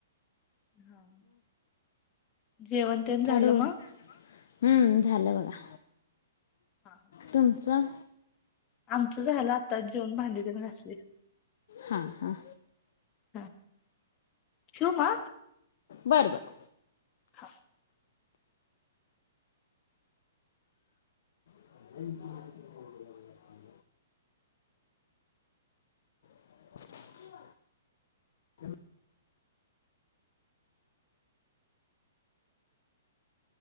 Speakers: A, on the left; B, on the left.
A: हा जेवण तेण झालं
B: काय डोर
A: मग
B: हम्म झालं बघा
A: हा हा
B: तुमचं?
A: आमचं झायला आताच जेवण भांडी तेन घासलय.
B: हां हां
A: हम्म ठेवु मगं?
B: बरं बरं.
A: हा.
B: <unintelligible> <unintelligible>